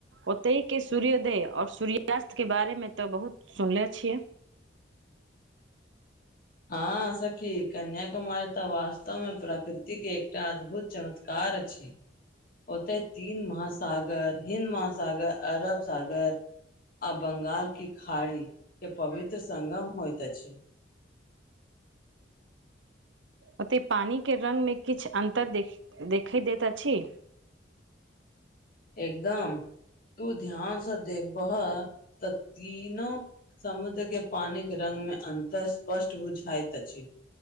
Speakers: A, on the right; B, on the left.
A: ओतयके सूर्योदय और सूर्यास्तके बारेमे तऽ बहुत सुनले छियै।
B: हाॅं सखी कन्यााकुमारी तऽ वास्तव में प्रकृति के एकटा अद्भुत चमत् कार अछि। ओतय तीन महासागर हिन्द महासागर, अरब सागर आ बंगाल की खाड़ी के पवित्र संगम होइत अछि।
A: ओतय पानी के रंग मे किछ अन्तर देख देखै दैत अछि?
B: एकदम तू ध्यान से देखबह तऽ तीनो समुद्र के पानिके रंग में अन्तर स्पष्ट बुझाइत अछि।